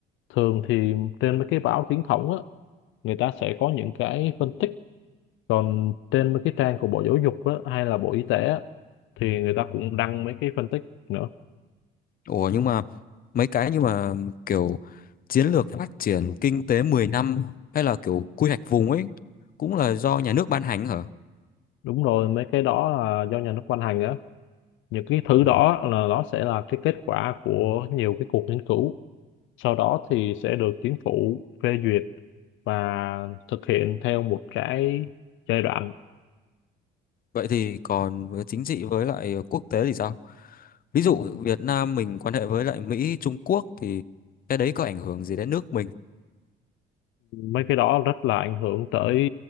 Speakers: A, on the left; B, on the left.
A: thường thì trên mấy cái báo chính thống á người ta sẽ có những cái phân tích còn trên mấy cái trang của Bộ Giáo dục á, hay là Bộ Y tế á, thì người ta cũng đăng mấy cái phân tích nữa
B: Ủa nhưng mà mấy cái như mà kiểu chiến lược phát triển kinh tế 10 năm hay là kiểu quy hoạch vùng ấy cũng là do nhà nước ban hành hả?
A: đúng rồi mấy cái đó là do nhà nước ban hành á những cái thứ đó là nó sẽ là cái kết quả của nhiều cái cuộc nghiên cứu sau đó thì sẽ được chính phủ phê duyệt và thực hiện theo một cái giai đoạn
B: Vậy thì còn với chính trị với lại quốc tế thì sao? Ví dụ Việt Nam mình quan hệ với lại Mỹ, Trung Quốc thì cái đấy có ảnh hưởng gì đến nước mình?
A: mấy cái đó rất là ảnh hưởng tới